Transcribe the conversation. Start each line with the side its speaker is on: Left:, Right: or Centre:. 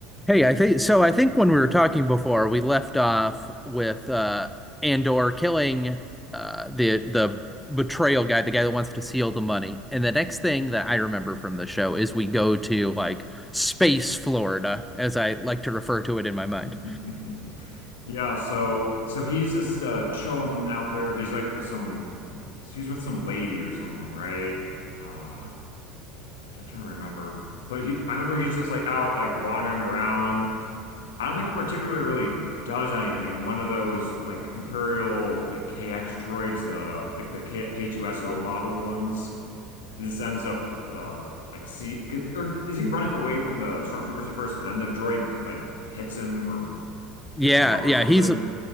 Centre: Hey, I think so. I think when we were talking before, we left off with uh, Andor killing uh, the the betrayal guy, the guy that wants to steal the money. And the next thing that I remember from the show is we go to like space Florida, as I like to refer to it in my
Left: <laughs>
Centre: mind.
Left: Yeah, so so he's just uh chilling out there. He's like with some he's with some lady or something, right? Uh I'm I'm trying to remember. But he I remember he's just like out like wandering around. I don't think he particularly really does anything. And one of those like Imperial like KX droids, the like the K K2SO model ones, it just ends up uh like see 'cause- or is he running away from the stormtroopers at first and then the droid like hits him or
Centre: Yeah,
Left: picks him up
Centre: yeah,
Left: or something?
Centre: he's